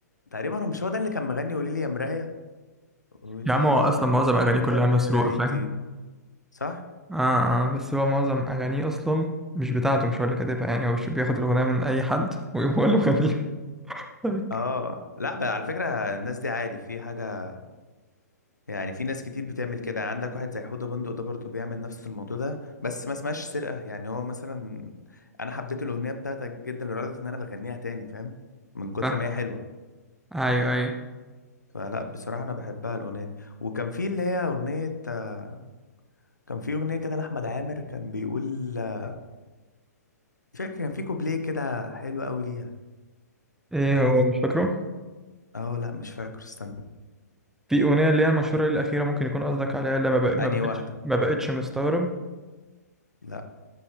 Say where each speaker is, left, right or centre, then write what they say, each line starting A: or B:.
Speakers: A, on the left (about 85°); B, in the centre.
A: تقريبا هو مش هو ده اللي كان مغني قولي لي يا مراية قولي
B: يا عم هو اصلا معظم اغانيه
A: يا
B: كلها
A: مرايتي
B: مسروقه فاهم
A: صح؟
B: آه آه بس هو معظم أغانيه أصلا مش بتاعته مش هو اللي كاتبها يعني هو مش بياخد الأغنية من أي حد ويقوم هو اللي مغنيها <laughs> طيب.
A: اه لا بقى على فكرة الناس دي عادي في حاجة يعني في ناس كتير بتعمل كده عندك واحد زي حوده بندق ده برضه بيعمل نفس الموضوع ده بس ما اسمهاش سرقة يعني هو مثلا أنا حبيت الأغنية بتاعتك جدا لدرجة إن أنا بغنيها تاني فاهم؟ من كتر
B: آه.
A: ما هي حلوة
B: ايوه ايوه
A: فلا بصراحة أنا بحبها الأغنية دي وكان في اللي هي أغنية آه، كان في أغنية كده لأحمد عامر كان بيقول آه، مش فاكر كان في كوبليه كده حلو أوي ليها
B: إيه
A: قعدت
B: هو مش فاكره؟
A: أه لأ مش فاكر استنى
B: في أغنية اللي هي مشهورة الأخيرة ممكن يكون قصدك عليها اللي ما بق- ما
A: أنهي
B: بقتش
A: واحدة
B: ما بقتش مستغرب
A: لأ